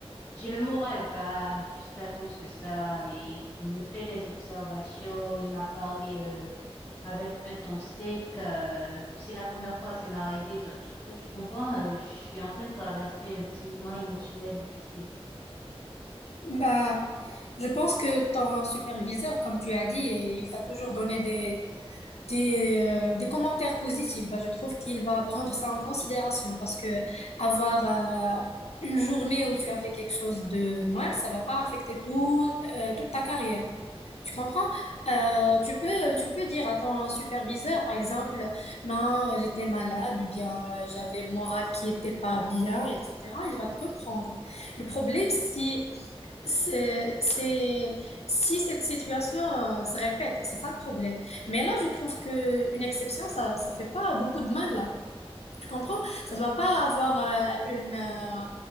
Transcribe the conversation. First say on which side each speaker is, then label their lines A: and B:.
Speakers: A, on the left (about 30°); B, on the left (about 80°).
A: j'ai le moral bas juste à cause de ça et il me fait des observations. Il m'a parlé euh, avec un ton sec. euh, c'est la première fois que ça m'est arrivé. Donc, du coup, tu comprends, euh, je suis en train de traverser un petit moment émotionnel difficile.
B: Bah, je pense que ton superviseur, comme tu as dit, il t'a toujours donné des, des, euh, des commentaires positifs. Bah, je trouve qu'il va prendre ça en considération parce que avoir euh, une journée où tu as fait quelque chose de mal, ça va pas affecter tout, euh, toute ta carrière. Tu comprends? Euh, tu peux, tu peux dire à ton superviseur, par exemple, non, j'étais malade ou bien euh, j'avais le moral qui était pas bien, etc. Il va te comprendre. Le problème, si c'est, c'est- si cette situation euh, se répète, c'est ça le problème. Mais là, je trouve que une exception, ça, ça fait pas beaucoup de mal là. Tu comprends? Ça ne doit pas avoir euh, une, euh,